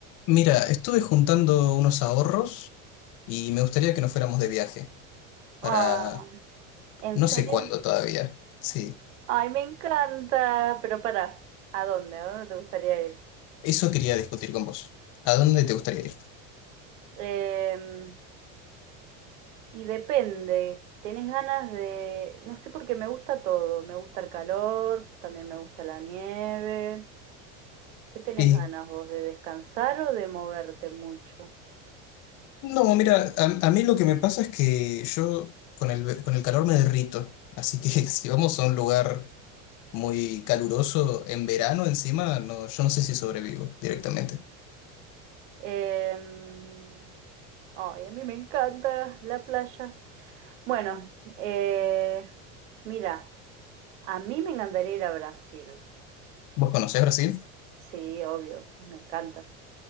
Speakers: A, on the left; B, on the right.
A: Mira, estuve juntando unos ahorros y me gustaría que nos fuéramos de viaje
B: Ah,
A: para
B: ¿en
A: no sé
B: serio?
A: cuándo todavía. Sí,
B: Ay, me encanta. Pero para, ¿a dónde? ¿A dónde te gustaría ir?
A: eso quería discutir con vos. ¿A dónde te gustaría ir?
B: Em, y depende. ¿Tenés ganas de...? No sé, porque me gusta todo. Me gusta el calor, también me gusta la nieve. ¿Qué tenés
A: Y
B: ganas vos? ¿De descansar o de moverte mucho?
A: no, mira, a, a mí lo que me pasa es que yo con el, ve- con el calor me derrito, así que <laughs> si vamos a un lugar muy caluroso en verano encima, no, yo no sé si sobrevivo directamente.
B: Em, ay, a mí me encanta la playa. Bueno, eh, mira, a mí me encantaría ir a Brasil.
A: ¿Vos conocés Brasil?
B: Sí, obvio, me encanta.